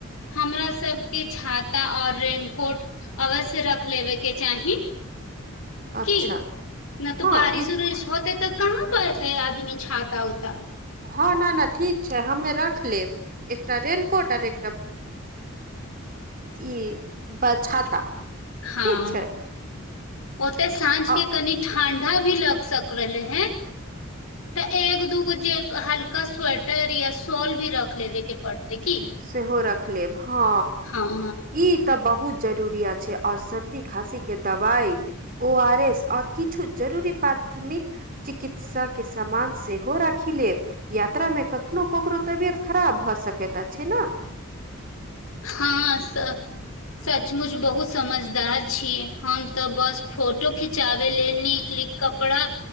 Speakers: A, on the left (about 75°); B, on the right (about 40°).
A: हमरा सबके छाता और रेनकोट अवश्य रख लेबे के चाहि
B: अच्छा
A: की नहि तऽ
B: हँ
A: बारिश
B: ई
A: उरिश होतेै तऽ कहाँ पर एतेै आदमी छाता ऊता
B: हँ न न ठीक छै हमे रख लेब एकटा रेननकोट आर एकटा ई ब छाता
A: हँ
B: ठीक छै
A: ओते साँझके
B: आ
A: कनि ठंडा भी लग सक रहले हे तऽ एक दूगो जे हल्का स्वेटर या सॉल भी रख लेबे के की
B: सेहो रख लेब हँ
A: हँ
B: ई तऽ बहुत जरूर छै और सर्दी खासी के दवाई ओ आर एस आओर किछु जरूरी प्राथमिक चिकित्सा के समामान सेहो राखि लेब यात्रा मे कखनो ककरो तबियत खराब भऽ सकैत अछि
A: हँ स सचमुच बहुत समझदार छी हम ते बस फोटो खिचाबे ले नीक कपड़ा